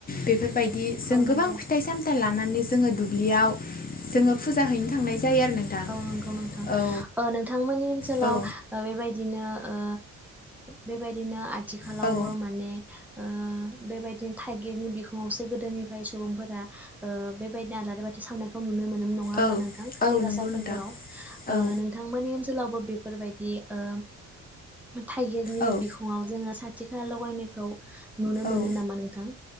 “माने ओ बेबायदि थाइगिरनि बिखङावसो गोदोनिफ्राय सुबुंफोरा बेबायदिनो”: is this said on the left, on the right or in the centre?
Centre